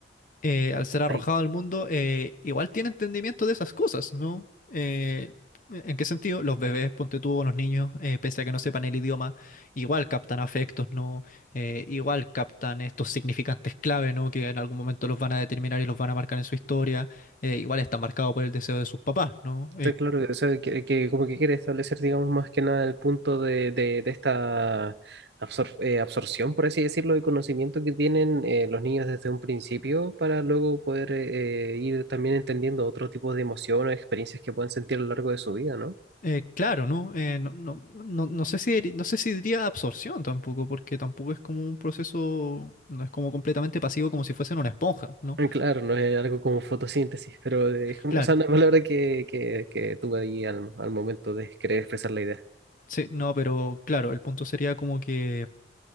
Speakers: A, on the left (about 45°); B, on the right (about 65°).
A: eh, al ser arrojado
B: Ahí
A: al mundo, eh, igual tiene entendimiento de esas cosas, ¿no? Eh, ¿en qué sentido? Los bebés, ponte tú, o los niños, eh, pese a que no sepan el idioma, igual captan afectos, ¿no? Eh, igual captan estos significantes clave, ¿no? Que en algún momento los van a determinar y los van a marcar en su historia. Eh, igual está marcado por el deseo de sus papás, ¿no?
B: Está claro, que, o sea, que, que como que quiere establecer, digamos, más que nada el punto de, de, de esta absor- eh, absorción, por así decirlo, de conocimiento que tienen eh, los niños desde un principio para luego poder eh, eh, ir también entendiendo otro tipo de emociones, experiencias que puedan sentir a lo largo de su vida, ¿no?
A: Eh, claro, ¿no? Eh, no, no, no, no sé si, diri- no sé si diría absorción tampoco, porque tampoco es como un proceso, no es como completamente pasivo como si fuesen una esponja, ¿no?
B: Eh, Claro, no es algo como fotosíntesis, pero es como,
A: Claro,
B: o sea, una palabra que, que, que tuve ahí al, al momento de querer expresar la idea.
A: sí, no, pero claro, el punto sería como que